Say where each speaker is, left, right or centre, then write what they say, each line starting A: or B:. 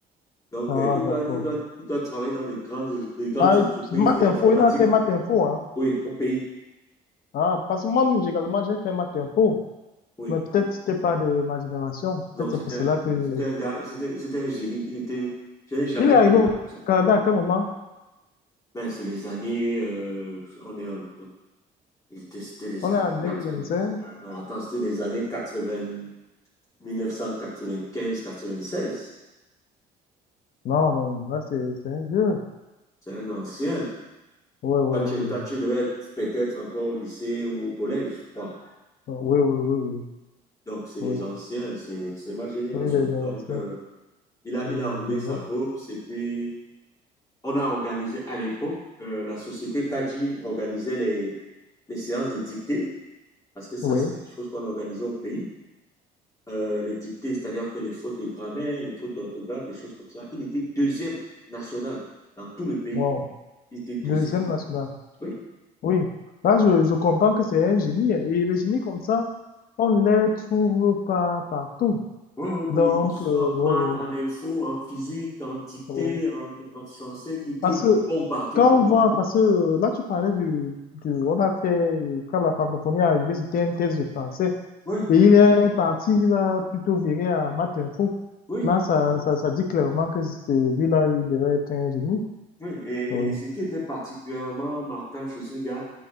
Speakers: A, on the left; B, on the left.
A: Donc,
B: Ah,
A: euh, il
B: d'accord.
A: doit, il doit, il doit travailler dans des grandes, des grandes
B: Ah,
A: entreprises
B: maths
A: d'informatique.
B: info, il a fait maths info, hein.
A: Oui, au pays.
B: Ah, parce que moi, également, j'ai fait maths info.
A: Oui.
B: Mais peut-être c'était pas de ma génération.
A: Non,
B: Peut-être c'est
A: c'était,
B: pour cela
A: un-
B: que...
A: c'était un gars, c'était, c'était un génie. Il était, je n'ai jamais
B: Il est
A: vu
B: arrivé
A: une
B: au
A: comme ça.
B: Canada à quel moment?
A: Ben, c'est les années, euh, on est en, c'était c'était les
B: On
A: années
B: est en 2025?
A: 80. Non, attends, c'était les années 80. 1995-96.
B: Non, non, là, c'est c'est un vieux.
A: C'est un ancien.
B: Oui, oui,
A: Toi, tu,
B: oui,
A: toi, tu
B: oui.
A: devais être peut-être encore au lycée ou au collège, je crois.
B: Oui, oui, oui, oui.
A: Donc, c'est les
B: Oui,
A: anciens, c'est c'est ma génération.
B: oui, les ASF,
A: Donc, euh, il a,
B: euh,
A: il a roulé
B: je vois.
A: sa bourse et puis on a organisé à l'époque, euh, la société Kaji organisait les, les séances de dictée, parce que ça,
B: Oui,
A: c'est des choses qu'on organisait au pays. Euh, les dictées, c'est-à-dire que les fautes de grammaire, les fautes d'orthographe, des choses comme ça. Il était deuxième national dans tout le pays.
B: wow.
A: Il était deuxième.
B: Deuxième national.
A: Oui.
B: Oui, là, je, je comprends que c'est un génie. hein. Et les génies comme ça, on ne les trouve pas partout.
A: Oui, oui,
B: Donc,
A: oui.
B: euh,
A: En maths,
B: oui,
A: en
B: oui,
A: info, en physique, en dictée,
B: oui.
A: en, en français, il était
B: Parce que
A: bon partout.
B: quand on voit, parce que euh, là, tu parlais du, du, on a fait, euh, quand la francophonie est arrivée, c'était un test de français.
A: Oui,
B: Et il est parti, il a plutôt viré à maths info.
A: oui,
B: Là, ça, ça, ça dit clairement que c'est lui-là, il devrait être un génie.
A: oui. Et,
B: Oui.
A: et ce qui était particulièrement marquant chez ce gars,